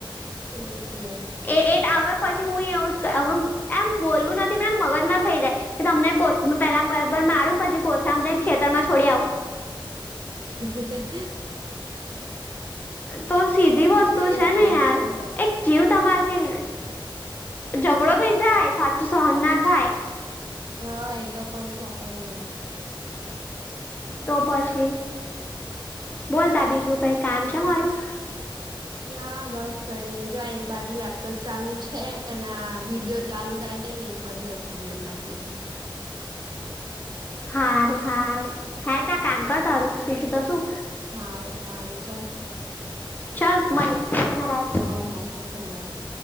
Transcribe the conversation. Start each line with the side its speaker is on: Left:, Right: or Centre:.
Right: એ જ ને.
Left: એ એટ આવ પછી હું એવું જ એમ બોલવું નથી પણ એમ મગજમાં થઈ જાય. કે તમને પેલા બરાબર મારું પછી કોથરામાં જઈને ખેતર માં છોડી આવું.
Right: હ.
Left: તો સીધી વસ્તુ
Right: અકળાઈ
Left: છે
Right: જાય
Left: ને
Right: એવું
Left: યાર
Right: કઉ ને તો
Left: એક જીવ તમારેથી ઝઘડો થઇ જાય સાચું સહન ના થાય.
Right: હા એતો કઉ છું અકડાઈ જાઉ.
Left: તો પછી બોલતા બીજું કઈ કામ છે મારું,
Right: ના બસ કઈ નઈ જોાય એક બાજુ લેપટોપ ચાલુ છે એના આ વિડીયો ચાલુ થાય. ને એક બાજુ એસાઇમેન્ટ લખું છે.
Left: હારું હારું હાર ત કામ કર તારું બીજું તો શું?
Right: હા હા ચાલ,
Left: ચાલ મળીએ, જય મહારાજ.
Right: હો હો જય મહારાજ.